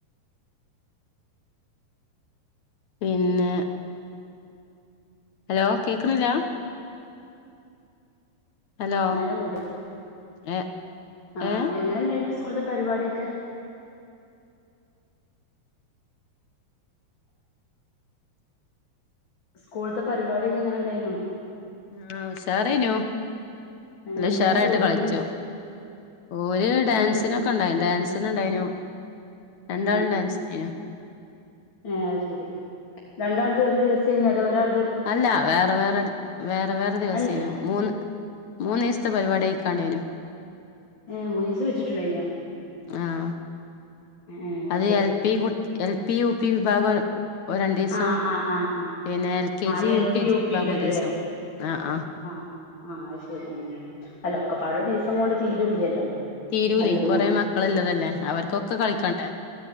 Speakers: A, on the left (about 60°); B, on the left (about 30°).
A: പിന്നെ ഹലോ കേക്ക്ണില്ല ഹലോ
B: നേരം വീടാ
A: ഏ
B: ആഹ്
A: ഏ
B: എങ്ങനെണ്ടായിന്നട്ട് സ്കൂള്ത്തെ പരിപാടിയൊക്കെ സ്കൂള്ത്തെ പരിപാടിയൊക്കെ എങ്ങനെണ്ടായിനു?
A: ആഹ് ഉഷാറേനു നല്ല
B: എന്തിനാ
A: ഉഷറായിട്ട്
B: കൂടീന്
A: കളിച്ചു, ഓര് ഡാൻസിനൊ
B: എന്ത്
A: ണ്ടായി ഡാൻസിന് ഇണ്ടായിനു. രണ്ടാളും
B: ഉം
A: ഡാൻസിനേനു.
B: ഏഹ് അത്ശരി രണ്ടാൾതും ഒരു ദിവസേനി അതോ ഒരാൾ
A: അല്ല വേറെ വേറെ വേറെ വേറെ ദിവസേനു
B: അൻ
A: മൂന്ന് മൂന്നീസ്ത്തെ പരിപാടി കയിക്കാണ്ടേനു
B: ഏ മൂന്നീസ വെച്ചിട്ടുണ്ടായിഞൊ
A: ആഹ്
B: ഏഹ്
A: അത്
B: ശരി
A: എൽ പി കു എൽ പി യു പി വിഭാഗൊ ഒ രണ്ടീസം
B: ആഹ് ആഹ് ആഹ് ആഹ്
A: പിന്നെ എൽ കെ
B: ആഹ്
A: G
B: L
A: U
B: P
A: K G വിഭാഗം
B: P ഇണ്ടല്ലോല്ലേ
A: ഒരീസം ആഹ് ആഹ്
B: ആഹ് ആ അയ് ശരി അങ്ങനെ അല്ല ഒക്കെപാടെ രുദീസം കൊണ്ട് തീരൂല്ലല്ലോ
A: തീരൂലയ്
B: എല്ലതും
A: കൊറെ
B: കൂടി
A: മക്കളുള്ളതല്ലേ അവർക്കൊക്കെ കളിക്കണ്ടേ